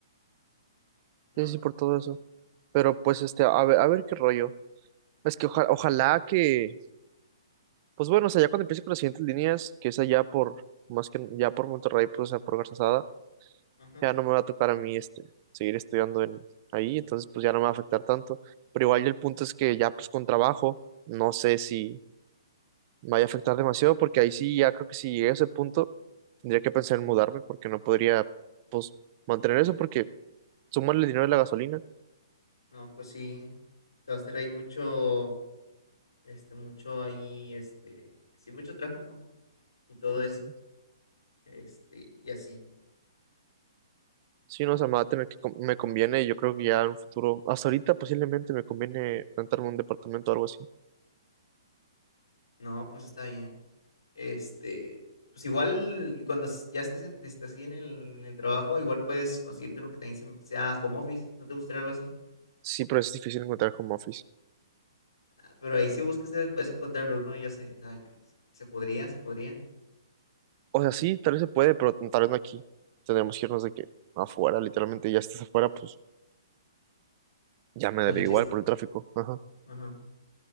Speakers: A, on the left (about 85°); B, on the right (about 35°).
A: ¿no?
B: sí, sí, por todo eso. Pero pues este, a ver, a ver qué rollo. Es que oja- ojalá que, pues bueno, o sea, ya cuando empiece con las siguientes líneas, que es allá por, más que ya por Monterrey, pues, o sea, por Garzasada,
A: Ajá.
B: ya no me va a tocar a mí, este, seguir estudiando en ahí, entonces, pues, ya no me va a afectar tanto. Pero igual el punto es que ya, pues, con trabajo, no sé si me vaya a afectar demasiado, porque ahí sí, ya creo que si llegué a ese punto, tendría que pensar en mudarme, porque no podría, pues, mantener eso, porque sumarle el dinero de la gasolina.
A: No, pues sí, se va a hacer ahí mucho, este, mucho ahí, este, sí, mucho tráfico y todo
B: Ujú.
A: eso, este, y así.
B: Sí, no, o sea, me va a tener que, con- me conviene y yo creo que ya en un futuro, hasta ahorita posiblemente me conviene rentarme un departamento o algo así.
A: No, pues está bien. Este, pues igual cuando s- ya estés, en- estés así en el, en el trabajo, igual puedes conseguirte uno que también se- sea home office. ¿No te gustaría algo así?
B: Sí, pero es difícil encontrar home office.
A: Ah, pero ahí si buscas te puedes encontrar uno, y yo sé, ah, yo- se podría, se podría.
B: O sea, sí, tal vez se puede, pero tal vez no aquí. Tendremos que irnos de que afuera, literalmente ya estás afuera, pues ya me
A: Pues
B: daría
A: el chiste.
B: igual por el tráfico. Ajá,
A: Ajá.